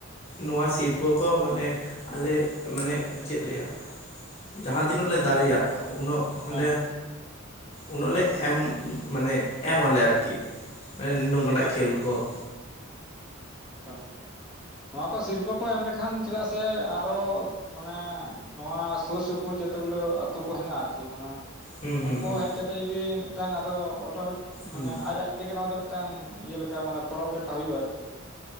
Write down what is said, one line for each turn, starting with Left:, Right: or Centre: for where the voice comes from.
Left: ᱱᱚᱣᱟ ᱥᱤᱨᱯᱟᱹ ᱠᱚ ᱢᱟᱱᱮ ᱟᱞᱮ ᱢᱟᱱᱮ ᱪᱮᱫ ᱞᱟᱹᱭᱟ? ᱡᱟᱦᱟᱸ ᱛᱤᱱᱟᱹᱜ ᱞᱮ ᱫᱟᱲᱮᱹᱭᱟᱜ ᱩᱱᱟᱹᱜ
Centre: ᱦᱮᱸ
Left: ᱞᱮ ᱩᱱᱟᱹᱜ ᱞᱮ ᱮᱢ ᱢᱟᱱᱮ ᱮᱢᱟᱞᱮ ᱟᱨᱠᱤ ᱾ ᱢᱟᱱᱮ ᱱᱳᱠ ᱠᱟᱱᱟᱜ
Centre: ᱮᱠᱟᱞ
Left: ᱠᱷᱮᱞ ᱠᱚ
Centre: ᱠᱟ ᱱᱚᱣᱟ ᱠᱚ ᱥᱤᱨᱯᱟᱹ ᱠᱚ ᱮᱢ ᱞᱮᱠᱷᱟᱱ ᱪᱮᱫᱟᱜ ᱥᱮ ᱟᱨᱚ ᱢᱟᱱᱮ, ᱱᱚᱣᱟ ᱥᱳᱨ ᱥᱳᱯᱳᱨ ᱡᱚᱛᱚ ᱜᱩᱞᱟᱹ ᱟᱛ ᱛᱳ ᱠᱚ ᱦᱮᱱᱟᱜ-ᱟ ᱟᱨᱠᱤ ᱢᱟᱱᱮ
Left: ᱦᱩᱸ ᱦᱩᱸ ᱦᱩᱸ
Centre: ᱩᱱᱠᱩ
Left: ᱦᱩᱸ
Centre: ᱦᱮᱡ ᱠᱟᱛᱮ ᱡᱩᱫᱤ ᱢᱤᱫᱴᱟᱝ ᱟᱫᱚ ᱚᱴᱳᱢᱮᱴ ᱢᱟᱱᱮ
Left: ᱦᱩᱸ
Centre: ᱟᱡ ᱟᱡ ᱛᱮᱜᱮ ᱱᱚᱣᱟ ᱫᱚ ᱢᱤᱫᱴᱟᱝ ᱤᱭᱟᱹ ᱞᱮᱠᱟ ᱢᱟᱱᱮ ᱯᱚᱨᱚᱵᱽ ᱞᱮᱠᱟ ᱦᱳᱭᱳᱜ-ᱟ ᱟᱨᱠᱤ ᱾